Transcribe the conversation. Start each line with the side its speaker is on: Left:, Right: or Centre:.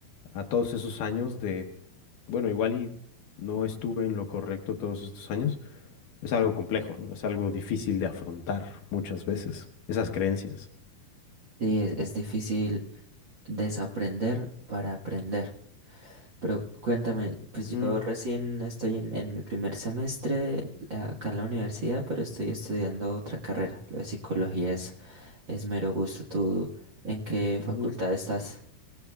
Left: a todos esos años de, bueno, igual y no estuve en lo correcto todos estos años es algo complejo, ¿no? Es algo difícil de afrontar muchas veces, esas creencias.
Right: Sí, es, es difícil desaprender para aprender. Pero cuéntame, pues
Left: Ujú,
Right: yo recién estoy en, en mi primer semestre eh, acá en la universidad, pero estoy estudiando otra carrera. Lo de psicología es, es mero gusto. ¿Tú en qué
Left: ujú.
Right: facultad estás?